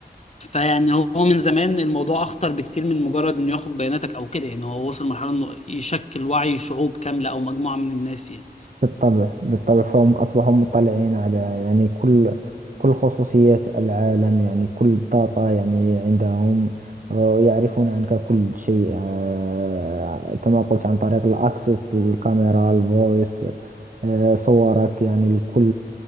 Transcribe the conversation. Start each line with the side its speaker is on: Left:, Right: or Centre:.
Left: فيعني هو من زمان الموضوع اخطر بكتير من مجرد انه ياخد بياناتك او كده يعني هو وصل لمرحله انه يشكل وعي شعوب كامله او مجموعه من الناس يعني
Right: بالطبع بالطبع فهم أصبحوا مطلعين على يعني كل كل خصوصيات العالم يعني كل بطاقة يعني عندهم آه، يعرفون عنك كل شيء آه، كما قلت عن طريق الأكسس الكاميرا الفويس آه، صورك يعني الكل